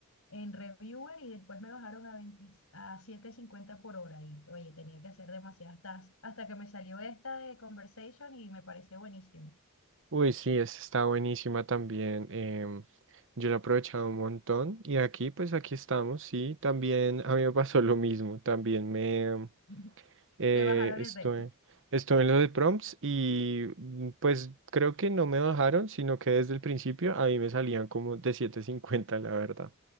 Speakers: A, on the left; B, on the right.
A: en Reviewer y después me bajaron a 20 a siete cincuenta por hora. Y oye, tenía que hacer demasiadas tasks hasta que me salió esta de Conversation y me pareció buenísimo.
B: Uy, sí, esta está buenísima también. em, yo la he aprovechado un montón. Y aquí, pues aquí estamos, sí. También a mí me pasó lo mismo. También me...
A: <laughs>
B: eh,
A: Te bajaron
B: estuve,
A: el reto.
B: estuve en lo de prompts y mm, pues creo que no me bajaron, sino que desde el principio a mí me salían como de siete cincuenta la verdad.